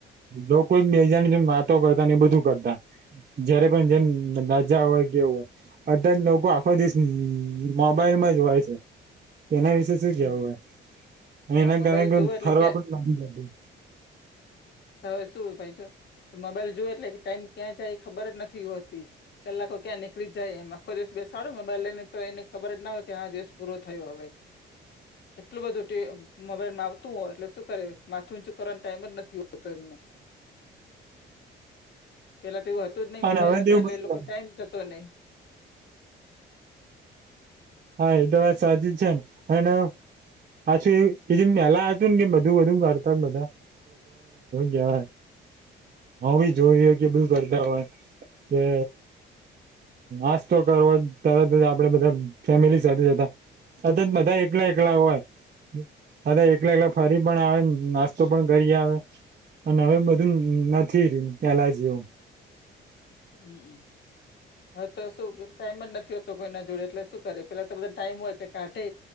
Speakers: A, on the right (about 45°); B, on the left (about 60°).
A: લોકો બેજા જે વાતો કરતા ને એ બધું કરતા. જયારે પણ જેમ રાજા હોય કેવું હોય, બધા જ લોકો આખો દેશ મોબાઈલ માં જ હોય છે, તેના વિશે શું
B: હમ
A: કેવું હોય?
B: તો
A: એના
B: હવે મોબાઈલ
A: કારણે
B: જોવે એટલે
A: ફરવા
B: ક્યાં
A: પણ લાગી.
B: હવે શું ભાઈ જો, મોબાઈલ જોવે એટલે કે ટાઈમ ક્યાં જાય એ ખબર જ નથી હોતી. કલાકો ક્યાં નીકળી જાય એમ આખો દિવસ બેસાડો બાઈઈને તો એને ખબર જ ના હોય કે હ આ દિવસ પૂરો થયો હવે.
A: <inaudible>
B: એટલું બધું મોબાઈલમાં આવતું હોય એટલે શું કરે માથું ઊંચું કરવાનો ટાઈમ જ નથી હોતો એમને. પેલા તો એવું હતું જ નઈ
A: નથી જતું અને
B: મોબાઈલ
A: હવે
B: નતા
A: તો એવું
B: એટલે એ
A: બધું
B: લોકો ટાઈમ જતો નઈ.
A: હા એ તો વાત સાચી જ છે ને, એને હસુંમનેલા તુન ગ મધુ વધધમ કરતાક બઘા. જય હી જોય કે બું કરતા હોય. કે આજ તો કરો તરત જ આપડે બધા ફેમિલી સાથે જતા, અ જ બધા એકલા એકલા હોય. અ એલે એલે ફરી પણ આવે નાસ્તો પણ કરી આવે. અને હવે બધું નથી રહ્યું પેલા જેવું.
B: હમ.
A: <inaudible>
B: હા તો શું ટાઈમ જ નથી હોતો કોઈના જોડે એટલે શું કરે પેલા તો બધા ટાઈમ હોય કે કાઢે.